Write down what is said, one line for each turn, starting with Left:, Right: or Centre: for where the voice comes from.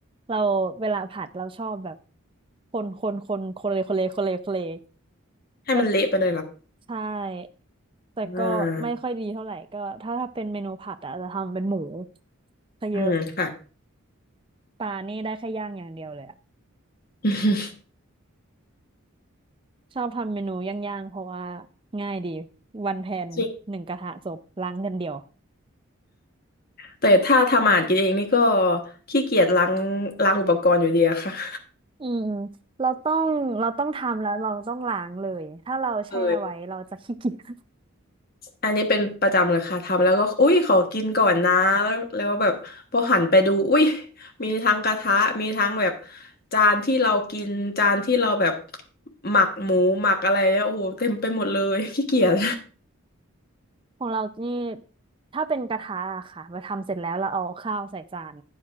Right: เราเวลาผัดเราชอบแบบคนคนคนคนเลยคนเลยคนเลยคนเลย
Left: ให้มันเละไปเลยล่ะ
Right: ก็ใช่แต่ก็ไม่ค่อยดีเท่าไหร่ก็ถ้าถ้าเป็นเมนูผัดอะจะทำเป็นหมู
Left: อ่า
Right: ซะเยอะ
Left: อืมค่ะ
Right: ปลานี่ได้แค่ย่างอย่างเดียวเลยอะ
Left: <laughs>
Right: ชอบทำเมนูย่างๆเพราะว่าง่ายดีวันแพนหนึ่งกระทะจบล้างเดือนเดียว
Left: จริงแต่ถ้าทำอาหารกินเองนี่ก็ขี้เกียจล้างล้างอุปกรณ์อยู่ดีอะค่ะ <laughs>
Right: อืมเราต้องเราต้องทำแล้วเราต้องล้างเลยถ้าเราแช่ไว้เราจะขี้เกียจ
Left: เออ อันนี้เป็นประจำเลยค่ะทำแล้วก็อุ้ยขอกินก่อนนะแล้วแล้วแบบพอหันไปดูอุ้ยมีทั้งกระทะมีทั้งแบบจานที่เรากินจานที่เราแบบหมักหมูหมักอะไรเนี่ยโอ้โหเต็มไปหมดเลยขี้เกียจ
Right: ของเรานี่ถ้าเป็นกระทะอะค่ะเราทำเสร็จแล้วเราเอาข้าวใส่จาน